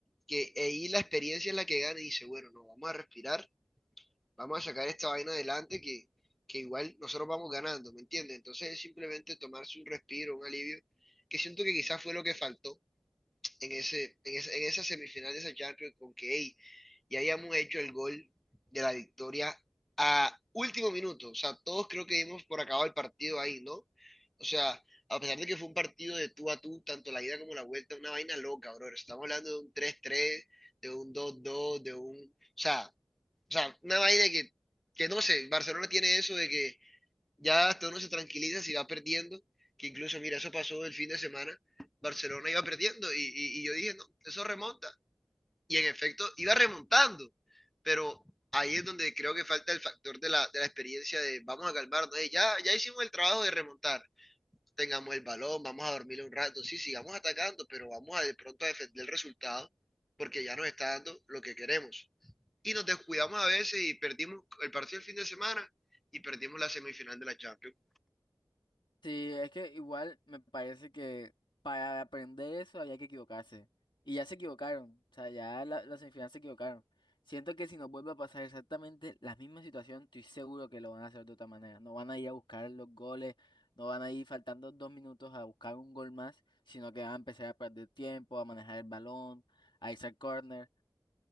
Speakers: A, in the centre; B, on the left.
A: que ahí la experiencia es la que gana y dice, bueno, no, vamos a respirar vamos a sacar esta vaina adelante que, que igual nosotros vamos ganando, ¿me entiendes? Entonces es simplemente tomarse un respiro, un alivio, que siento que quizás fue lo que faltó en ese, en esa, en esa semifinal de esa Champions con que hey, ya habíamos hecho el gol de la victoria último minuto, o sea, todos creo que dimos por acabado el partido ahí, ¿no? O sea, a pesar de que fue un partido de tú a tú, tanto la ida como la vuelta, una vaina loca, bro. Estamos hablando de un tres tres de un dos dos de un... O sea, o sea, una vaina que, que no sé, Barcelona tiene eso de que ya hasta uno se tranquiliza si va perdiendo, que incluso, mira, eso pasó el fin de semana, Barcelona iba perdiendo y, y- y yo dije, no, eso remonta. Y en efecto, iba remontando, pero ahí es donde creo que falta el factor de la, de la experiencia de vamos a calmarnos, "Ey, ya, ya hicimos el trabajo de remontar, tengamos el balón, vamos a dormir un rato, sí, sigamos atacando, pero vamos a de pronto a defender el resultado porque ya nos está dando lo que queremos y nos descuidamos a veces y perdimos el partido el fin de semana y perdimos la semifinal de la Champions.
B: Sí, es que igual me parece que para aprender eso había que equivocarse. Y ya se equivocaron. O sea, ya la- las semifinales se equivocaron. Siento que si nos vuelve a pasar exactamente la misma situación, estoy seguro que lo van a hacer de otra manera. No van a ir a buscar los goles, no van a ir faltando dos minutos a buscar un gol más, sino que van a empezar a perder tiempo, a manejar el balón, a irse al córner.